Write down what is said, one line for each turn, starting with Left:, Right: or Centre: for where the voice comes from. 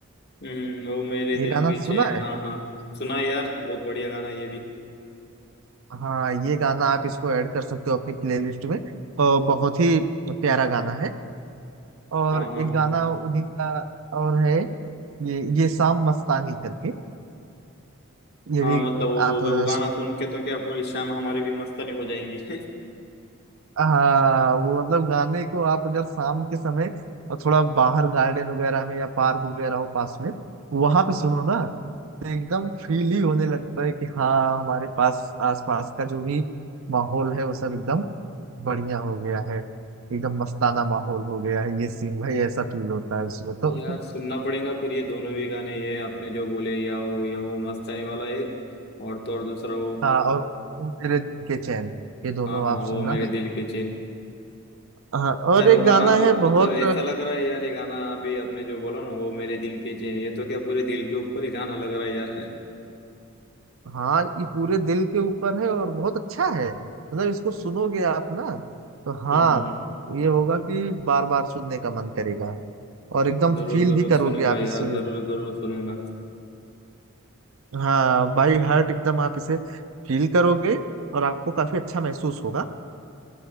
Left: हम्म वो मेरे दिल
Right: ये गाना
Left: के चैन
Right: सुना है
Left: हाँ हाँ हाँ। सुना है यार बहुत बढ़िया गाना ये भी
Right: हाँ ये गाना आप इसको ऐड कर सकते हो अपनी प्लेलिस्ट में और बहुत ही प्यारा गाना है और
Left: हाँ हाँ
Right: एक
Left: हाँ
Right: गाना उन्हीं का और है ये ये शाम मस्तानी करके ये
Left: हाँ
Right: भी
Left: मतलब वो
Right: आप
Left: वो गाना
Right: सु-
Left: सुन के तो क्या पूरी शाम हमारी भी मस्तानी हो जाएंगी <laughs>
Right: हाँ वो मतलब गाने को आप अगर शाम के समय और थोड़ा बाहर गार्डन वगैरह में या पार्क वगैरह हो पास में वहां पे सुनो ना तो एकदम फील ही होने लगता है कि हाँ हमारे पास आसपास का जो भी माहौल है वो सब एकदम बढ़िया हो गया है एकदम मस्ताना माहौल हो गया है ये सीन भाई ऐसा फील होता है उसमें तो
Left: यार सुनना पड़ेगा फिर ये दोनों भी गाने ये आपने जो बोले या वो या वो मस्तानी वाला एक और तो और दूसरा
Right: <laughs>
Left: वो
Right: हाँ और ओ मेरे दिल के चैन ये दोनों
Left: हाँ हाँ
Right: आप
Left: वो
Right: सुनना
Left: मेरे दिल के चैन
Right: हाँ और
Left: यार
Right: एक
Left: वो गाना
Right: गाना
Left: तो
Right: है
Left: मतलब
Right: बहुत
Left: ऐसा लग रहा है यार ये गाना अभी आपने जो बोला ना वो मेरे दिल के चैन ये तो क्या पूरे दिल के ऊपर ही गाना लग रहा है यार
Right: हाँ ये पूरे दिल के ऊपर है और बहुत अच्छा है मतलब इसको सुनोगे आप ना तो हाँ
Left: हम्म हम्म, हम्म।
Right: ये होगा कि बार बार सुनने का मन करेगा और एकदम
Left: <laughs> जरूर
Right: फील
Left: जरूर
Right: भी करोगे
Left: सुनूंगा
Right: आप
Left: यार
Right: इसे
Left: जरूर जरूर सुनूंगा
Right: हाँ बाई हार्ट एकदम आप इसे फील करोगे और आपको काफी अच्छा महसूस होगा